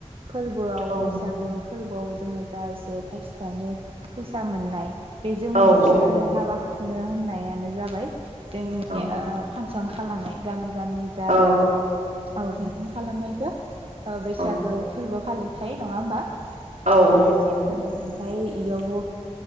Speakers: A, on the right; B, on the right.
A: फोरबोआव
B: औ
A: बैसागु फोरबोआव जोङो जा एसे थाइसे थाइनै फैसा मोननाय बेजों
B: औ
A: मोनसे
B: औ
A: आरो हाबा खुङो होन नायानो जाबाय जोंनि
B: औ
A: ओ फां सन खालामनाय गामि गामि जा
B: औ
A: औ फांसन खालामनाय जा ओ बैसागो
B: औ
A: फोरबो फालि थाय नङा होमबा?
B: औ
A: <unintelligible>
B: औ नंगौ
A: ओमफ्राय इयाव